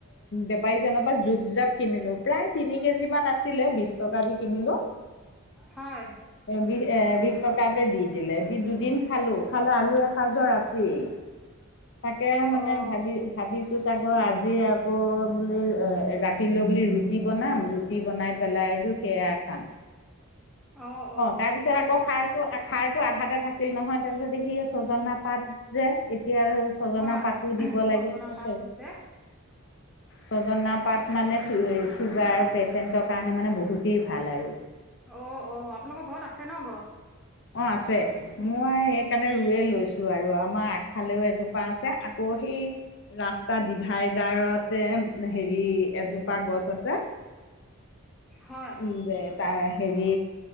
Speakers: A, on the left; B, in the centre.
A: বেপাৰীজনৰ পৰা জুপ জাপ কিনিলো প্ৰায় তিনি কেজি মান আছিলে বিশ টকা দি কিনিলোঁ।
B: হয়
A: বি এ বিশ টকাতে দি দিলে দি দুদিন খালো খালো আৰু এসাঁজৰ আছেই। তাকে
B: অ
A: মানে
B: অ
A: ভাবি ভাবিছো চাগৈ আজি আৰু আকৌ বুলি ৰাতিলৈ বুলি ৰুটি বনাম ৰুটি বনাই পেলাই আৰু সেয়া খাম।
B: অ অ
A: তাৰপিছত আকৌ খাৰটো খাৰটো আধাতে থাকিল নহয় তাৰপিছত দেখি ছজনা পাত যে এতিয়া ছজনা
B: হয়
A: পাতো দিব
B: ছজনা
A: লাগে অ
B: পাত হৈছে
A: ছজনা পাত মানে চ চুগাৰ পেচেন্টৰ কাৰণে মানে বহুতেই ভাল আৰু
B: অ অ আপোনালোকৰ ঘৰত আছে ন গছ
A: অ আছে মই সেইকাৰণে ৰুৱে লৈছো আৰু আমাৰ আগফালেও এজোপা আছে আকৌ সেই ৰাস্তাৰ ডিভাইডাৰতে হেৰি এজোপা গছ আছে
B: হয়
A: উম যে তাৰ হেৰি